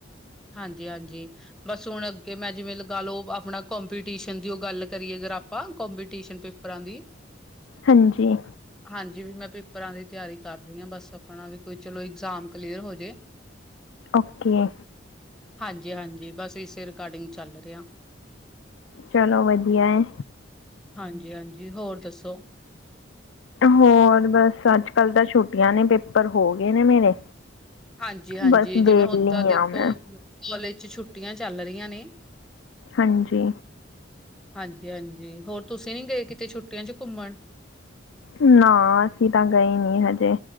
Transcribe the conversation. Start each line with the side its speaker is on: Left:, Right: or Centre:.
Centre: ਹਾਂਜੀ-ਹਾਂਜੀ, ਬਸ ਹੁਣ ਅੱਗੇ ਮੈਂ ਜਿਵੇਂ ਲਗਾ ਲਓ ਆਪਣਾ ਕੋਂਪੀਟੀਸ਼ਨ ਦੀ ਉਹ ਗੱਲ ਕਰੀਏ ਅਗਰ ਆਪਾਂ, ਕੋਂਪੀਟੀਸ਼ਨ ਪੇਪਰਾਂ ਦੀ
Left: ਹਾਂਜੀ
Centre: ਹਾਂਜੀ ਵੀ ਮੈਂ ਪੇਪਰਾਂ ਦੀ ਤਿਆਰੀ ਕਰਦੀ ਹਾਂ ਬਸ ਆਪਣਾ, ਵੀ ਕੋਈ ਚਲੋ ਇਗਜ਼ਾਮ ਕਲੀਅਰ ਹੋ ਜੇ।
Left: ਓਕੇ
Centre: ਹਾਂਜੀ-ਹਾਂਜੀ। ਬਸ ਇਸੇ ਰਿਗਾਰਡਿੰਗ ਚੱਲ ਰਿਹਾ।
Left: ਚਲੋ ਵਧੀਆ ਏ।
Centre: ਹਾਂਜੀ-ਹਾਂਜੀ, ਹੋਰ ਦੱਸੋ?
Left: ਹੋਰ ਬਸ, ਅੱਜ-ਕੱਲ੍ਹ ਤਾਂ ਛੁੱਟੀਆਂ ਨੇ, ਪੇਪਰ ਹੋ ਗਏ ਨੇ ਮੇਰੇ।
Centre: ਹਾਂਜੀ-ਹਾਂਜੀ,
Left: ਬਸ
Centre: ਜਿਵੇਂ
Left: ਵਿਹਲੀ
Centre: ਹੁਣ ਤਾਂ ਦੇਖੋ
Left: ਆ ਮੈਂ
Centre: ਕੋਲੇਜ ਚ ਛੁੱਟੀਆਂ ਚੱਲ ਰਹੀਆਂ ਨੇ।
Left: ਹਾਂਜੀ।
Centre: ਹਾਂਜੀ-ਹਾਂਜੀ। ਹੋਰ ਤੁਸੀਂ ਨੀ ਗਏ ਕਿਤੇ ਛੁੱਟੀਆਂ ਚ ਘੁੰਮਣ?
Left: ਨਾ, ਅਸੀਂ ਤਾਂ ਗਏ ਨੀ ਹਜੇ।